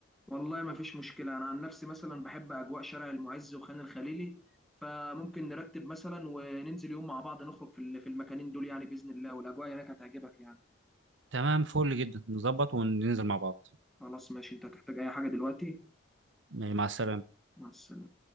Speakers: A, in the centre; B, on the right.
A: والله ما فيش مشكله انا عن نفسي مثلا بحب اجواء شارع المعز وخان الخليلي فممكن نرتب مثلا وننزل يوم مع بعض نخرج في ال- في المكانين دول يعني باذن الله والاجواء هناك هتعجبك يعني
B: تمام فل جدا نظبط وننزل مع بعض
A: خلاص ماشي انت هتحتاج اي حاجه دلوقتي
B: مع السلامة
A: مع السلامه